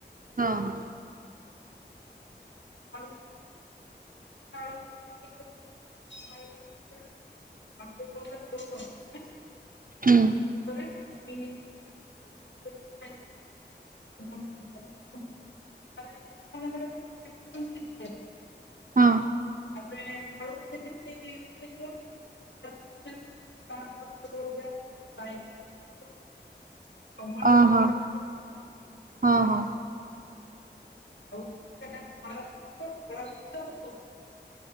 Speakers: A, on the right; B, on the left.
A: ହଁ ହଁ।
B: ତାପରେ ଆଳୁ। <inaudible> <unintelligible>
A: ହୁଁ <inaudible>
B: ରଖାହେଇଥିବ ତାକୁ ଟିକେ ଭଲରେ ଭାଜିକି ଉଠେଇବ <unintelligible>
A: ହଁ
B: ତାପରେ ଆଳୁକୁ <unintelligible> <unintelligible> ଟମାଟୋ
A: ଓହୋ
B: ଟିକେ କାଟିିକି ରଖିବ
A: ହଁ ହଁ
B: ଟମାଟୋ ଟିକେ କାଟି ଆଉ ଗୋଟେ ଜାଗାରେ ଧଳା ସୋରିଷ କଳା ସୋରିଷ ପୋସ୍